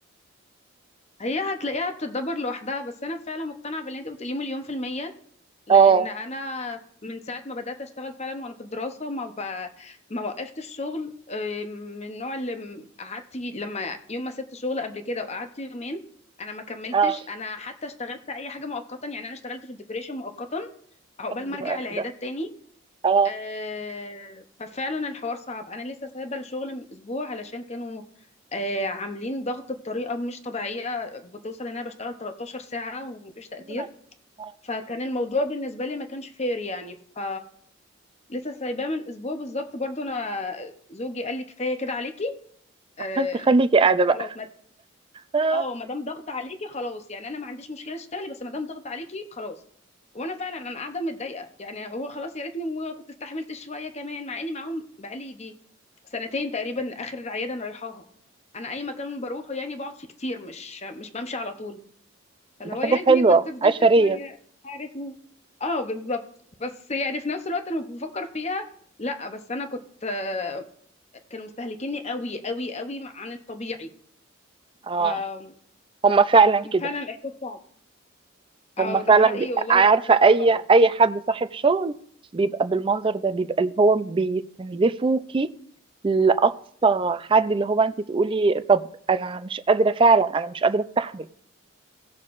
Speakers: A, on the left (about 30°); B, on the right (about 25°).
A: هي هتلاقيها بتتدبر لوحدها بس انا فعلا مقتنعة باللي انت بتقوليه مليون في المية لان
B: اه
A: انا من ساعه ما بدات اشتغل فعلا وانا في الدراسه ما ب... ما وقفت الشغل آه، من النوع اللي م- قعدت ي- لما يوم ما سبت شغل قبل كده وقعدت يومين انا ما كملتش
B: اه
A: انا حتى اشتغلت اي حاجه مؤقتا يعني انا اشتغلت في الديكوريشن مؤقتا عقبال
B: حلو
A: ما ارجع
B: قوي
A: العيادات
B: ده
A: تاني
B: اه
A: آه، ففعلا الحوار صعب انا لسه سايبه الشغل من اسبوع علشان كانوا آه، عاملين ضغط بطريقه مش طبيعيه بتوصل ان انا بشتغل 13 ساعه ومفيش تقدير
B: آه، آه.
A: فكان الموضوع بالنسبة لي ما كانش فير يعني ف لسه سايباه من اسبوع بالظبط برضو انا زوجي قال لي كفاية كده عليكي آه
B: <laughs> تخليكي قاعدة بقى
A: خلاص ما
B: آه.
A: اه ما دام ضغط عليكي خلاص يعني انا ما عنديش مشكلة اشتغلي بس ما دام ضغط عليكي خلاص وانا فعلا انا قاعدة متضايقة يعني هو خلاص يا ريتني ما كنت استحملت شوية كمان مع اني معاهم بقالي يجي سنتين تقريبا اخر عيادة انا رايحاها انا اي مكان بروحه يعني بقعد فيه كتير مش مش بمشي على طول فاللي
B: ده
A: هو
B: حاجة
A: يا ريتني
B: حلوة
A: كنت فضلت
B: عشرية
A: شويه عارف مين اه بالظبط بس يعني في نفس الوقت انا بفكر فيها لا بس انا كنت آه، كانوا مستهلكيني قوي قوي قوي عن الطبيعي
B: اه
A: ففعلا
B: هما فعلا
A: الاحساس
B: كده
A: صعب اه
B: هم فعلا
A: ده حقيقي
B: بي...
A: والله
B: عارفه
A: يبقى احساس
B: اي
A: صعب قوي
B: اي حد صاحب شغل بيبقى بالمنظر ده بيبقى اللي هو بيستنزفوكي لاقصى حد اللي هو انت تقولي طب انا مش قادره فعلا انا مش قادره استحمل